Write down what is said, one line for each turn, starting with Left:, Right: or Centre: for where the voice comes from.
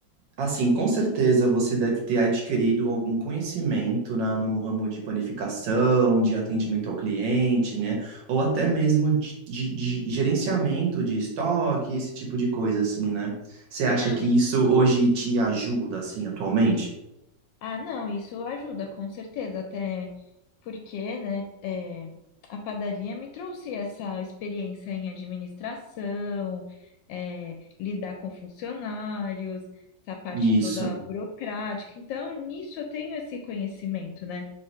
Right: Assim, com certeza você deve ter adquirido algum conhecimento na, no ramo de panificação, de atendimento ao cliente, né? Ou até mesmo de, de- de gerenciamento de estoque, esse tipo de coisa, assim, né? Você acha
Left: Não,
Right: que
Left: e-
Right: isso hoje te ajuda, assim, atualmente?
Left: ah, não, isso ajuda, com certeza, até porque, né, é, a padaria me trouxe essa experiência em administração, é, lidar com funcionários, essa parte
Right: Isso,
Left: toda burocrática. Então, nisso eu tenho esse conhecimento, né?